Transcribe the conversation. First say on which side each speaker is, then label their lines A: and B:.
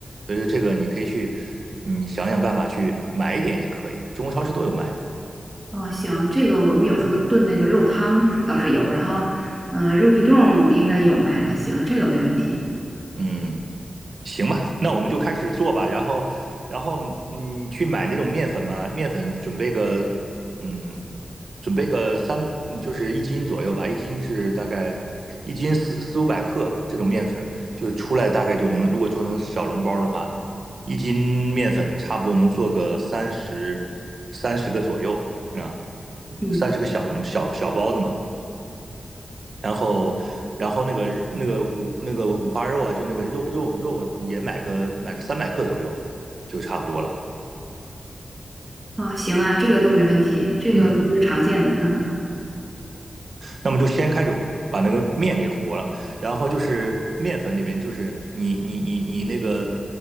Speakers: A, on the right; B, on the right.
A: 所以说这个你可以去，嗯，想想办法去买一点也可以，中国超市都有卖的，
B: 哦，行，这个我们有时候炖那个肉汤倒是有，然后，嗯、肉皮冻应该也有卖的，行，这个没问题。
A: 嗯。行吧，那我们就开始做吧。然后，然后，嗯，去买那种面粉嘛，面粉准备个，嗯，准备个三，嗯就是一斤左右吧，一斤是大概一斤四四五百克这种面粉，就出来大概就能，如果做成小笼包的话，一斤面粉差不多能做个三十三十个左右啊，
B: 嗯。
A: 三十个小笼小小包子嘛。然后，然后那个那个五那个五花肉啊，就那个肉肉肉也买个买个三百克左右，就差不多了。
B: 哦，行啊，这个都没问题，这个都是常见的，
A: 嗯，
B: 嗯
A: 那么就先开始把那个面给和了，然后就是面粉里边就是你你你你那个